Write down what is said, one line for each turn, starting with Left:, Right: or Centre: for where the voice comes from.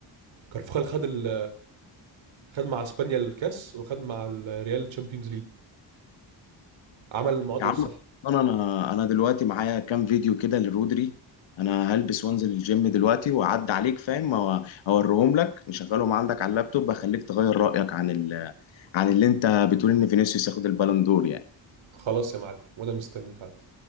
Right: كارفخال خد ال... خد مع اسبانيا الكاس وخد مع الريال تشامبيونز ليج عمل المعادله
Left: يا عم
Right: الصح
Left: انا انا انا دلوقتي معايا كام فيديو كده لرودري انا هلبس وانزل الجيم دلوقتي واعدي عليك فاهم أو- اوريهم لك نشغلهم عندك على اللابتوب اخليك تغير رايك عن ال... عن اللي انت بتقول ان فينيسيوس ياخد البالون دور يعني
Right: خلاص يا معلم وانا مستنيك عندي